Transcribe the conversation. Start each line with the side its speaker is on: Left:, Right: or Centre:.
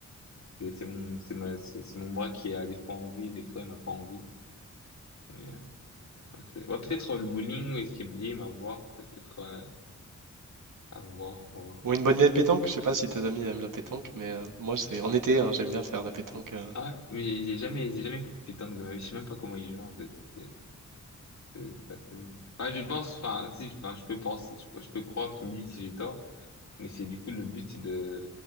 Left: et c'est mon, c'est ma, c'est c'est mon bras qui a des fois envie, des fois n'a pas envie. Mais, euh, ouais, c'est- ouais, peut-être euh, le bowling ou escape game, à voir, peut-être, euh, à voir, à voir.
Right: Ou une bonne vieille pétanque, je sais pas si tes amis aiment la pétanque, mais euh, moi c'est en été, hein, j'aime bien faire la pétanque. euh.
Left: Ah, mais j'ai jamais, j'ai jamais fait de pétanque de ma vie, je sais même pas comment il joue, en fait. C'est, c'est- c'est assez- Enfin, je pense, enfin, si, enfin, je peux penser, je, je peux croire, tu me dis si j'ai tort. Mais c'est du coup le but, c'est de,